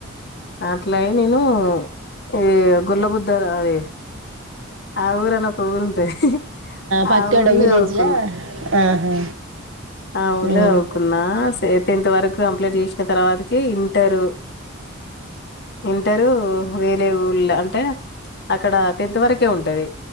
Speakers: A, on the left (about 50°); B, on the right (about 65°).
A: అట్లాయి నేను ఈ గుల్లబుద్ద అది ఆ ఊరు అని ఒక ఊరు ఉంటాది
B: పక్కడ
A: ఆ ఊర్లో
B: విలేజ్లా
A: చదువుకున్న
B: ఆహా
A: ఆ ఊర్లో
B: ఉమ్
A: చదువుకున్న సే టెన్త్ వరకు కంప్లీట్ తర్వాతకి ఇంటరు ఇంటరు వేరే ఊ లా అంటే అక్కడ టెన్త్ వరకే ఉంటది